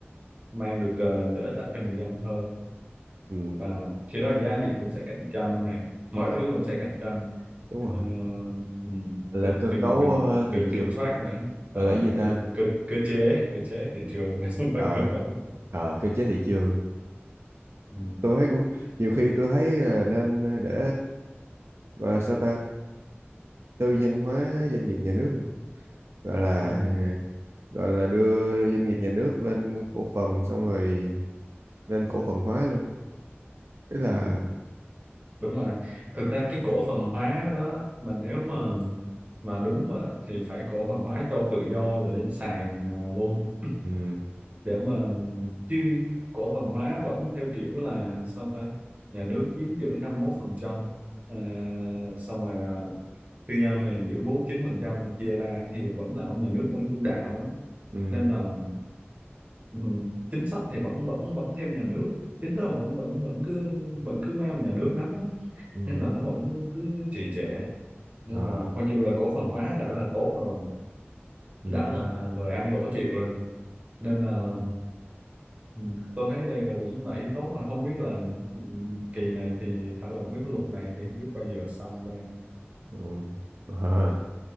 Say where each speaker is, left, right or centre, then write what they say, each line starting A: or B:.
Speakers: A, on the right; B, on the right.
A: mang được ờ, lợi ích lại cho người dân hơn
B: ừ,
A: và khi đó giá điện cũng sẽ cạnh tranh nè mọi thứ cũng sẽ cạnh tranh
B: đúng
A: Ờ,
B: rồi
A: ừ,
B: Gọi là cơ
A: đừng
B: cấu
A: đừng
B: ờ,
A: đừng
B: thị trường
A: kiểm soát nữa Ờ,
B: gọi là cái gì
A: gọi
B: ta
A: là cơ cơ chế cơ chế thị trường <laughs> là không
B: ờ
A: phải cơ cấu
B: ờ, cơ chế thị trường
A: ừ,
B: tôi thấy cũng nhiều khi tôi thấy là nên để gọi là sao ta tư nhân hóa doanh nghiệp nhà nước hả? gọi là
A: ừ,
B: gọi là đưa doanh nghiệp nhà nước lên cổ phần xong rồi lên cổ phần hóa luôn ý là
A: ừ, đúng rồi thực ra cái cổ phần hóa đó mà nếu mà mà đúng á, thì phải cổ phần hóa cho tự do rồi lên sàn ờ, luôn
B: ừ
A: để mà chứ cổ phần hóa vẫn theo kiểu là sao ta nhà nước chiếm giữ 51% uh, xong rồi ờ, tư nhân thì giữ 49% này chia ra thì vẫn là ông nhà nước vẫn chủ đạo á.
B: ừ
A: nên là ừ, chính sách thì vẫn vẫn vẫn theo nhà nước chính sách vẫn vẫn vẫn cứ vẫn cứ mấy ông nhà nước nắm á.
B: ừ
A: nên là nó vẫn cứ trì trệ nên
B: ờ
A: là mà kêu là cổ phần hóa đã là tốt rồi
B: ừ
A: đã là lời ăn lỗ chịu rồi nên là ừ, tôi thấy đây là cũng là ý tốt mà không biết là ừ, kỳ này thì thảo luận với cái luật này thì không biết bao giờ xong đây
B: ừ <laughs> ờ.